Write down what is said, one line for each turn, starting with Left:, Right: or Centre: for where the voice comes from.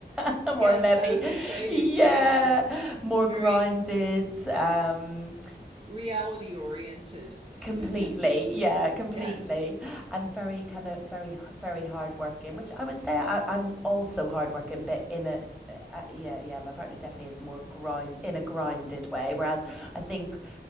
Centre: <laughs> more
Right: Yes,
Centre: maybe,
Right: I was just going
Centre: Yeah,
Right: to say uh,
Centre: more
Right: very
Centre: grounded. Um,
Right: reality oriented.
Centre: completely.
Right: <laughs>
Centre: Yeah, completely.
Right: Yes.
Centre: And very kind of very very hardworking, which I would say I, I'm also hardworking, but in a uh, yeah, yeah, my partner definitely is more grind in a grounded way. Whereas I think